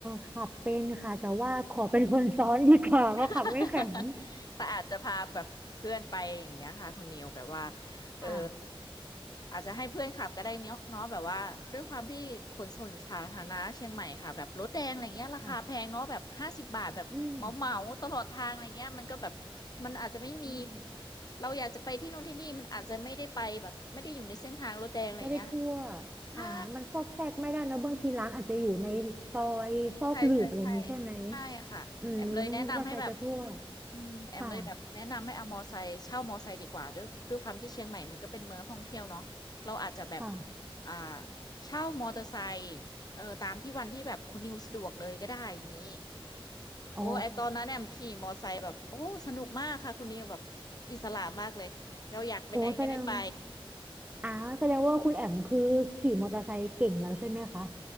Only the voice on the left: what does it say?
<laughs>
แต่อาจจะพาแบบเพื่อนไปอย่างเงี้ยค่ะคุณนิวแบบว่าเออ
อาจจะให้เพื่อนขับก็ได้เนาะเนาะแบบว่าด้วยความที่ขนส่งสาธารณะเชียงใหม่ค่ะแบบรถแดงอะไรเงี้ยราคาแพงเนาะแบบห้าสิบบาทแบบเหมาเหมาตลอดทางอะไรเงี้ยมันก็แบบ
มันอาจจะไม่มี
เราอยากจะไปที่นู่นที่นี่มันอาจจะไม่ได้ไปแบบไม่ได้อยู่ในเส้นทางรถแดงอะไรเงี้ย
ใช่
ใช่ใช่ใช่ใช่ค่ะแอมเลยแนะนำให้แบบ
อืมแอมเลยแบบแนะนำให้เอามอไซค์เช่ามอไซค์ดีกว่าด้วยด้วยความที่เชียงใหม่มันก็เป็นเมืองท่องเที่ยวเนาะเราอาจจะแบบ
อ่าเช่ามอเตอร์ไซค์เออตามที่วันที่แบบคุณนิวสะดวกเลยก็ได้อย่างนี้
โอ้ไอตอนนั้นแอมขี่มอไซค์แบบโอ้สนุกมากค่ะคุณนิวแบบอิสระมากเลยเราอยากไปไหนก็ได้ไป